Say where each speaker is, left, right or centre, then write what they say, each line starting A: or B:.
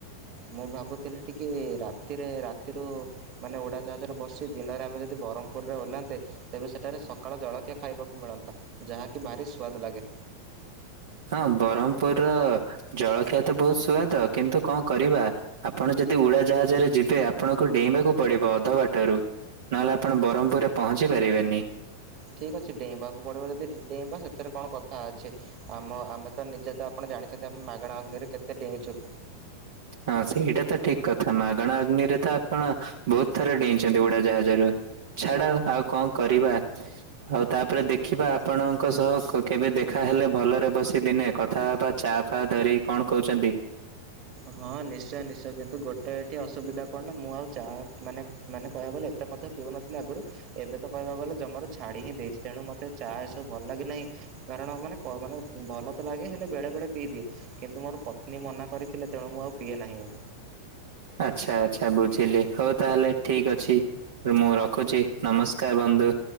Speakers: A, on the right; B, on the right.
A: ମୁଁ ଭାବୁଥିଲି ଟିକିଏ ରାତିରେ ରାତିରୁ ମାନେ ଉଡ଼ାଜାହାଜରେ ବସି ଦିନରେ ଆମେ ଯଦି ବରହମପୁରରେ ଓଲହାନ୍ତେ ତେବେ ସେଠାରେ ସକାଳ ଜଳଖିଆ ଖାଇବାକୁ ମିଳନ୍ତା ଯାହାକି ଭାରି ସୁଆଦ ଲାଗେ।
B: ହଁ ବରହମପୁରର ଜଳଖିଆ ତ ବୋହୁତ ସୁଆଦ କିନ୍ତୁ କଣ କରିବା ଆପଣ ଯଦି ଉଡା ଜାହାଜରେ ଯିବେ ଆପଣଙ୍କୁ ଡେଇଁବାକୁ ପଡିବ ଅଧା ବାଟରୁ ନହେଲେ ଆପଣ ବରହମପୁରରେ ପହଞ୍ଚି ପାରିବେନି।
A: ଠିକ୍ ଅଛି ଡେଇଁବାକୁ ପଡ଼ିବ ଯଦି ଡେଇଁବା ସେଥିରେ କଣ କଥା ଅଛି ଆମ ଆମେ ତ ନିଜେ ତ ଆପଣ ଜାଣିଛନ୍ତି ଆମେ ମାଗଣା ଅଗ୍ନିରେ କେତେ ଡେଇଁଚୁ।
B: ହଁ ସେଇଟା ତ ଠିକ କଥା ମାଗଣା ଅଗ୍ନିରେ ତ ଆପଣ ବୋହୁତ ଥର ଡେଇଁଛନ୍ତି ଉଡାଜାହାଜରୁ। ଛାଡ ଆଉ କଣ କରିବା। ହୋଉ ତାପରେ ଦେଖିବା ଆପଣଙ୍କ ସହ କ-କେବେ ଦେଖା ହେଲେ ଭଲରେ ବସି ଦିନେ କ କଥା ହବା ଚାଆ ଫାଆ ଧରିକି କଣ କହୁଚନ୍ତି?
A: ହଁ ନିଶ୍ଚୟ ନିଶ୍ଚୟ କିନ୍ତୁ ଗୋଟେ ଏଠି ଅସୁବିଧା କଣ ନା ମୁଁ ଆଉ ଚାଆ ମାନେ ମାନେ କହିବାକୁ ଗଲେ ଏତେ ମଧ୍ୟ ପିଉନଥିଲେ ଆଗରୁ। ଏବେ ତ କହିବାକୁ ଗଲେ ଜମାରୁ ଛାଡି ହିଁ ଦେଇଛି ତେଣୁ ମତେ ଚା ଏସବୁ ଭଲ ଲାଗୁନାହିଁ। କାରଣ ମାନେ କ ମାନେ ଭଲ ତ ଲାଗେ ହେଲେ ବେଳେବେଳେ ପିଇଦିଏ କିନ୍ତୁ ମୋର ପତ୍ନୀ ମନା କରିଥିଲେ। ତେଣୁଁ ମୁଁ ଆଉ ପିଏ ନାହିଁ ଆଉ।
B: ଆଚ୍ଛା ଆଚ୍ଛା ବୁଝିଲି ହଉ ତାହେଲେ ଠିକ ଅଛି। ମୁଁ ରଖୁଛି ନମସ୍କାର ବନ୍ଧୁ।